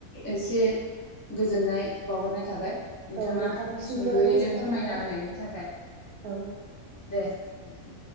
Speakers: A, on the left; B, on the right.
A: एसे गोजोननाय बावहरनाय थाबाय नोंथाङा
B: औ नोंथांनिसिमबो
A: सुंदयैनो
B: गोजोननाय
A: फोरमायना
B: थाबाय
A: होनायनि थाखाय
B: औ
A: दे नोंथां।